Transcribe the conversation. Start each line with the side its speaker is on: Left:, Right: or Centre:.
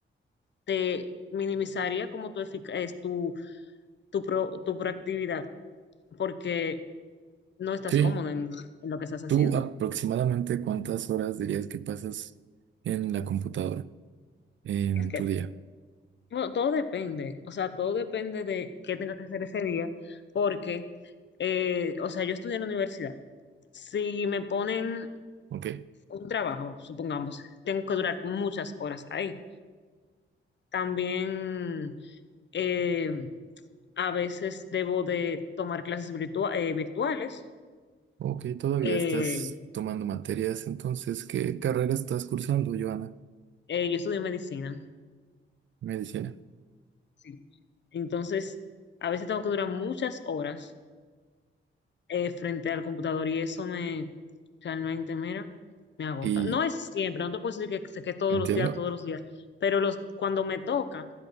Left: te minimizaría como tu, efic- es tu, tu, pro- tu proactividad porque no estás
Right: Sí.
Left: cómodo en en lo que estás haciendo.
Right: ¿Tú aproximadamente cuántas horas dirías que pasas en la computadora en
Left: es que
Right: tu día?
Left: Bueno, todo depende, o sea, todo depende de qué tenga que hacer ese día, porque, eh, o sea, yo estudié en la universidad. Si me ponen
Right: Ok,
Left: un trabajo, supongamos, tengo que durar muchas horas ahí. También eh, a veces debo de tomar clases virtua- eh, virtuales.
Right: ok, todavía
Left: Eh,
Right: estás tomando materias, entonces, ¿qué carrera estás cursando, Joana?
Left: eh, yo estudié medicina,
Right: Medicina.
Left: sí. Entonces, a veces tengo que durar muchas horas eh, frente al computador y eso me realmente, mira, me agota.
Right: Y
Left: No es siempre, no te puedo decir que, que que todos
Right: entiendo.
Left: los días, todos los días, pero los, cuando me toca,